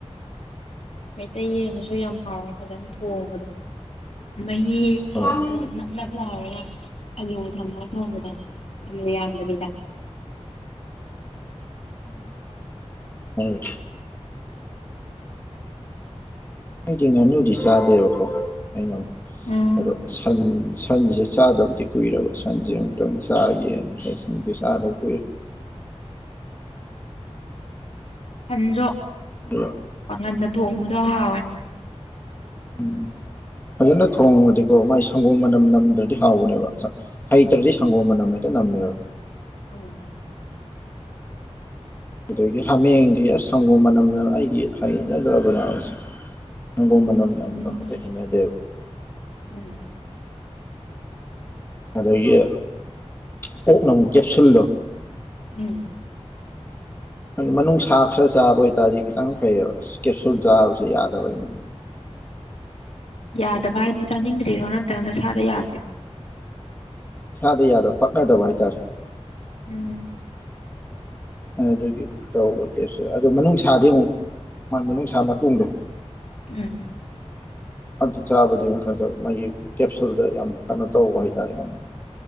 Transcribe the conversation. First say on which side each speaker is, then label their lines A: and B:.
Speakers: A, on the left; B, on the left.
A: ꯃꯩꯇꯩ ꯌꯦꯟꯗꯨꯁꯨ ꯌꯥꯝ ꯍꯥꯎꯋꯦ ꯐꯖꯅ ꯊꯣꯡꯕꯗꯣ ꯃꯍꯤꯗꯣ
B: ꯍꯣꯏ
A: ꯅꯞ ꯅꯞ ꯂꯥꯎꯔꯒ ꯑꯥꯂꯨ ꯊꯝꯃꯒ ꯊꯣꯡꯕꯗꯣ ꯑꯂꯨ ꯌꯥꯝ ꯕꯤꯗ
B: ꯎ ꯍꯣꯏ ꯑꯩꯗꯤ ꯉꯥꯅꯨꯗꯤ ꯆꯥꯗꯦꯕꯀꯣ ꯑꯩꯅ ꯑꯃꯨꯛ
A: ꯎꯝ
B: ꯑꯗꯣ ꯁꯟ ꯁꯟꯁꯦ ꯆꯥꯗꯕꯨꯗꯤ ꯀꯨꯏꯔꯕ ꯁꯟꯁꯦ ꯑꯃꯨꯛꯇꯪ ꯆꯥꯒꯦꯅ ꯈ ꯁꯟꯁꯦ ꯆꯥꯗꯕ ꯀꯨꯏꯔꯦ
A: <inaudible> ꯐꯟꯁꯨ
B: ꯑꯗꯨꯒ
A: ꯄꯥꯥꯡꯒꯟꯗ ꯊꯣꯡꯕꯗꯣ ꯍꯥꯎꯋꯦ
B: ꯎꯝ ꯐꯖꯅ ꯊꯣꯡꯉꯗꯤꯀꯣ ꯃꯥꯏ ꯁꯪꯒꯣꯝ ꯃꯅꯝ ꯅꯝꯗ꯭ꯔꯗꯤ ꯍꯥꯎꯕꯅꯦꯕ ꯍꯩ
A: ꯎꯝ
B: ꯇꯔꯗꯤ ꯁꯪꯒꯣꯝ ꯃꯅꯝ ꯍꯦꯛꯇ ꯅꯝꯃꯦꯕ
A: ꯎꯝ
B: ꯑꯗꯒꯤ ꯍꯥꯃꯦꯡꯗꯤ ꯑꯁ ꯁꯪꯒꯣꯝ ꯃꯅꯝꯅ ꯑꯩꯒꯤ ꯍꯩꯅꯗꯕꯅ ꯑꯁ ꯁꯪꯒꯣꯝ ꯃꯅꯝ ꯌꯥꯝꯕ
A: ꯎꯝ
B: ꯅꯝꯕꯁꯦ ꯍꯥꯏꯅꯗꯦ
A: ꯎꯝ
B: ꯑꯗꯒꯤ ꯄꯣꯛꯅ ꯀꯦꯞꯁꯨꯜꯗꯣ
A: ꯎꯝ
B: ꯑꯗꯨ ꯃꯅꯨꯡ ꯁꯥ ꯈꯔ ꯆꯥꯕ ꯑꯣꯏꯇꯥꯥꯔꯗꯤ ꯈꯤꯇꯪ ꯐꯩꯕ ꯑꯁ ꯀꯦꯞꯁꯨꯜ ꯆꯥꯕꯁꯦ ꯌꯥꯗꯕ ꯑꯩꯉꯣꯟꯗ
A: ꯌꯥꯗꯕ ꯍꯥꯏꯗꯤ ꯆꯥꯅꯤꯡꯗ꯭ꯔꯤꯔꯣ ꯅꯠꯇ꯭ꯔꯅ ꯅꯁꯥꯗ ꯌꯥꯗꯤꯔꯣ
B: ꯢꯁꯥꯗ ꯌꯥꯗ ꯄꯛꯅꯗꯕ ꯍꯥꯏ ꯇꯔꯦ
A: ꯎꯝ
B: ꯑꯗꯨꯒꯤ ꯇꯧ ꯑꯣꯀꯦ ꯑꯗꯣ ꯃꯅꯨꯡꯅꯨꯡꯁꯥꯗꯤ ꯑꯃꯨꯛ ꯃꯅꯨꯡꯅꯨꯡꯁꯥ ꯃꯇꯨꯡꯗꯣ
A: ꯎꯝ
B: ꯑꯗꯨ ꯆꯥꯕꯗꯤ ꯀꯩꯅꯣ ꯇꯧꯕꯃꯥꯒꯤ ꯀꯦꯞꯁꯨꯜꯗ ꯌꯥꯝ ꯀꯩꯅꯣ ꯇꯧꯕ ꯍꯥꯏꯇꯥꯔꯦ ꯑꯩꯉꯣꯟꯗ